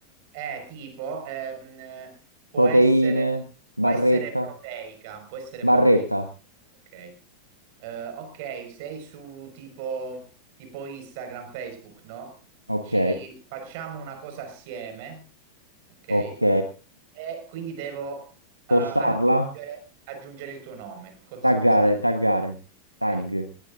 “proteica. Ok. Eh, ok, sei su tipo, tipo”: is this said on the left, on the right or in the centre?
Right